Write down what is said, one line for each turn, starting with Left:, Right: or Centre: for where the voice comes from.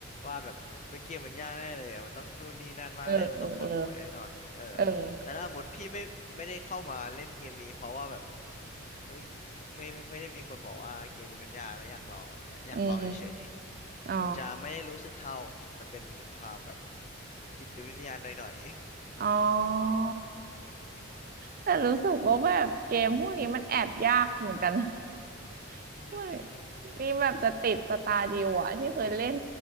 Left: ว่าแบบเฮ้ยเกมมันยากแน่เลยอะมันต้องนู่นนี่นั่นมากแน่มันต้องปวดหัวแน่นอนเออ
Right: เออเออเออ เออ
Left: แต่ถ้าสมมติพี่ไม่ไม่ได้เข้ามาเล่นเกมนี้เพราะว่าแบบเฮ้ยไม่ไม่ไม่ได้มีคนบอกว่าเกมนี้มันยากและอยากลองอะไรเงี้ยอยากลองเฉยๆมันจะไม่ได้รู้สึกเท่ามันเป็นความแบบ
Right: อืมอ๋อ
Left: จิตวิทยาหน่อย
Right: อ๋อแต่รู้สึกว่าแบบเกมพวกนี้มันแอบยากเหมือนกันนะ <laughs>
Left: ๆ <laughs> อือหือ
Right: ไม่นี่แบบจะติดสตาร์ดิวอะที่เคยเล่น